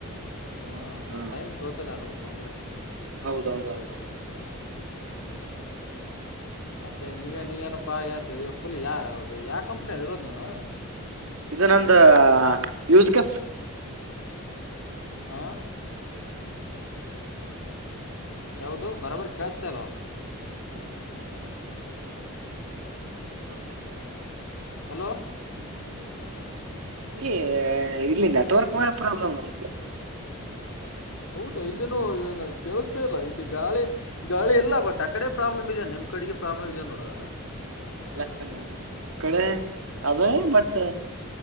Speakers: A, on the left (about 70°); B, on the right (about 70°).
A: ಹಾ
B: ಹ್ಮ್
A: ಸ್ವಲ್ಪ ಟೈಮ್ ತೋರ್ತದೆ ಅದ ತೊಂದರೆೆ
B: ಹೌದೌದೌದೌದು ಹ್ಮ್
A: ಮತ್ತೆ ನೀವ ನೀ ಏನಪ್ಪಾ ಯ್ದು ಫುಲ್ ಯಾವ ಯಾವ ಕಂಪ್ನಿಯಲ್ಲಿ ಇರೋದ ನೀನು
B: ಇದು ನಂದ ಯದಕ
A: ಹಾ ಯಾವ್ದ ಬರಾಬರಿ ಕೇಳಸ್ತೇ ಅಲ್ವಾ
B: ಹಲೋ
A: ಹಲೋ
B: ಈ ಇಲ್ಲಿ ನೆಟ್ವರ್ಕ್ ಪ್ರಾಬ್ಲಮ್ ಉಂಟರಿ
A: ಹೌದಾ ಇಲ್ಲನು ಕೇಳಿಸತಾ ಇಲ್ಲ ಇಲ್ಲಿ ಗಾಳಿ ಗಾಳಿ ಎಲ್ಲ ಬಟ್ ಆಕಡೆ ಪ್ರಾಬ್ಲಮ್ ಇದದೆ ನಿಮ್ ಕಡೆಗೆ ಪ್ರಾಬ್ಲಮ್ ಇದ ನೋಡ
B: ಲ್ಲ ನಮ ಕಡೆ ಅದೇ ಬಟ್